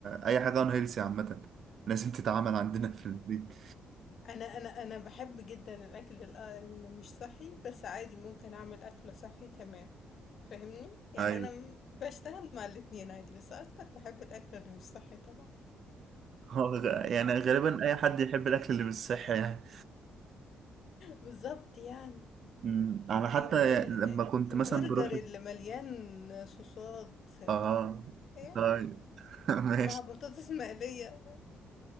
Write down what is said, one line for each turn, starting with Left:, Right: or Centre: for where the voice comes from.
Right: اي حاجه عن هيلسي عامه <laughs> لازم تتعامل عندنا في البيت
Left: أنا أنا أنا باحب جدًا الأكل ال اللي مش صحّي، بس عادي ممكن أعمل أكل صحّي تمام، فاهمني؟ يعني
Right: ايوه
Left: أنا م باشتغل مع الاتنين عادي، بس أكتر باحب الأكل اللي مش صحّي طبعًا.
Right: هو غ- يعني غالبا اي حد يحب الاكل اللي مش صحي يعني
Left: <laughs> بالضبط يعني.
Right: أمم، انا حتى
Left: ال ال
Right: لما كنت
Left: البرجر
Right: مثلا بروح
Left: اللي مليان صوصات ال-
Right: اه
Left: يعني
Right: طيب <laughs> ماشي
Left: مع بطاطس مقلية